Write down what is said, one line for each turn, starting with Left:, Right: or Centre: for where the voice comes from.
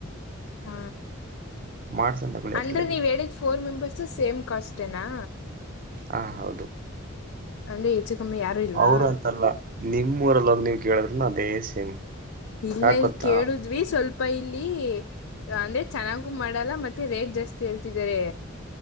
Left: ಹ
Right: ಮಾಡ್ಸನ್ ತಗೊಳ್ಳಿ
Left: ಅಂದ್ರೆ
Right: ಅದ್ರಲ್ಲೇನಿಲ್ಲ
Left: ನೀವ್ ಹೇಳಿದ್ ಫೋರ್ ಮೆಂಬರ್ಸ್ ಸೇಮ್ ಕಾಸ್ಟೇನಾ
Right: ಹಾ ಹೌದು
Left: ಅಂದ್ರೆ ಹೆಚ್ಚು ಕಮ್ಮಿ ಯಾರೂ ಇಲ್ವಾ
Right: ಅವ್ರ ಅಂತಲ್ಲ ನಿಮ್ಮೂರಲ್ಲೋಗ ನೀವ್ ಕೇಳಿದ್ರುನು ಅದೇ ಸೇಮ್
Left: ಇಲ್ಲ
Right: ಯಾಕ
Left: ಇಲ್
Right: ಗೊತ್ತಾ
Left: ಕೇಳಿದ್ವಿ ಸ್ವಲ್ಪ ಅಪ ಇಲ್ಲಿ ಅಂದ್ರೆ ಚೆನ್ನಾಗು ಮಾಡಲ್ಲ ಮತ್ತೆ ರೇಟ್ ಜಾಸ್ತಿ ಹೇಳ್ತಿದ್ದಾರೆ